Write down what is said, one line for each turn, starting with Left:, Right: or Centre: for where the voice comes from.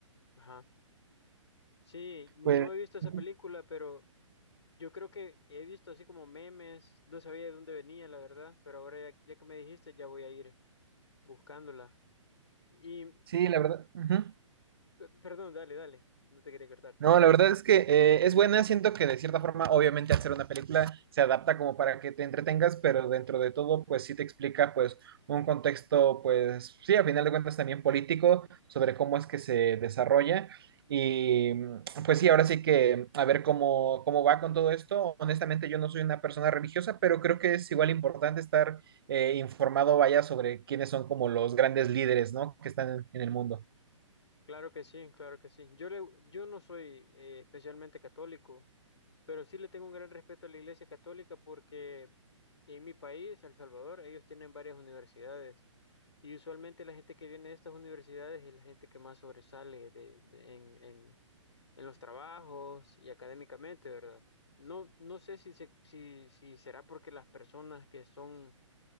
Left: Ajá. Sí, no
Right: Pues,
Left: he visto esa
Right: ujú,
Left: película, pero... Yo creo que he visto así como memes, no sabía de dónde venía, la verdad, pero ahora ya, ya que me dijiste, ya voy a ir buscándola. Y,
Right: sí, la verdad. ujú.
Left: p- perdón, dale, dale, no te quería cortar.
Right: No, la verdad es que eh, es buena, siento que de cierta forma, obviamente al ser una película, se adapta como para que te entretengas, pero dentro de todo, pues sí te explica pues un contexto, pues sí, a final de cuentas también político, sobre cómo es que se desarrolla. Y mm, pues sí, ahora sí que a ver cómo, cómo va con todo esto. Honestamente, yo no soy una persona religiosa, pero creo que es igual importante estar eh, informado, vaya, sobre quiénes son como los grandes líderes, ¿no? Que están en en el mundo.
Left: Claro que sí, claro que sí. Yo, le, yo no soy eh, especialmente católico, pero sí le tengo un gran respeto a la Iglesia Católica porque en mi país, El Salvador, ellos tienen varias universidades y usualmente la gente que viene de estas universidades es la gente que más sobresale de, de- en en los trabajos y académicamente, ¿verdad? No, no sé si, se- si, si será porque las personas que son